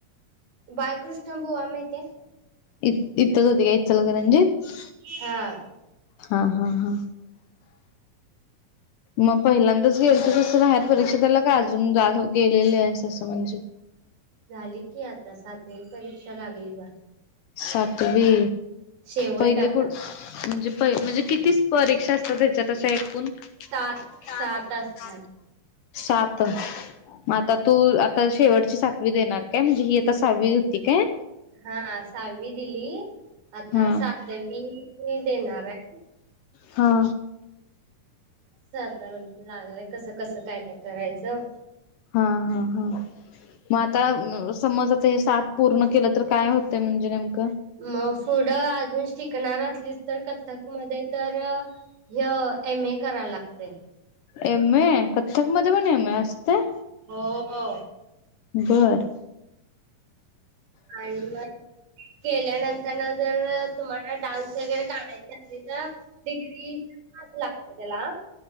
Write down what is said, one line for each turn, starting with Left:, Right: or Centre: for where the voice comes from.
Right: बाळकृष्ण बुवा महितीय?
Left: इ इथतंच होती काय इचलकरंजीत?
Right: हा
Left: हा हा हा मग पहिल्यांदा गेलतो तसं बाहेर परीक्षा द्यायला काय अजून जात हो गेलेली आहेस तसं म्हणजे
Right: झाली की आता सातवी परीक्षा लागली बा
Left: सातवी.
Right: शेवट
Left: पहिली
Right: आता
Left: कुट् म्हणजे म्हणजे किती स परीक्षा असतात हेच्यात अश एकूण <unintelligible>
Right: सात सात असतात
Left: सातं म आता तू आता शेवटची सात वी देणार काय म्हणजे ही आता सावी होती काय?
Right: हा सावी दिली. आता
Left: हा
Right: सातवी देणाराय.
Left: हा.
Right: सााताराज लागलंय कसं कसं काय काय करायचं?
Left: हा हा हा म आत् ता समज आता हे सात पूर्ण केलं तर काय होते म्हणजे नेम <inaudible>
Right: म पुुढं आजून शि शिकणार असलीस तर कथ्थक मध्ये तर ह एम ए कराय लागतय.
Left: एम ए कथ्थकमधे पण एम ए असतय?
Right: हो हो
Left: बर
Right: आणि मग केल्यानंतर न जर तुम्हाला डान्स वगैरे काढायच तर तिथं डिग्री पास लागत्या तेला हा